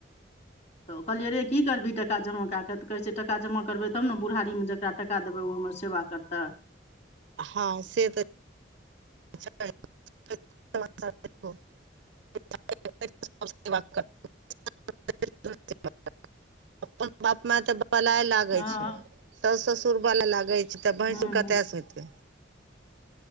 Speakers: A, on the left; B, on the right.
A: तऽ कहलियै रे की करबी टाका जमा कए क तऽ कहै छै टाका जमा करबै तब नऽ बुढ़ारीमे जकरा टाका देबै ओ हमरा सेवा करतै
B: हँ से तऽ <unintelligible> <unintelligible> <unintelligible> अपन बाप माय तऽ बलाय लागै
A: हूँ
B: छै साउस ससुर बलाय लागै छै तऽ भैंसु
A: हूँ
B: कतयसँ होयतै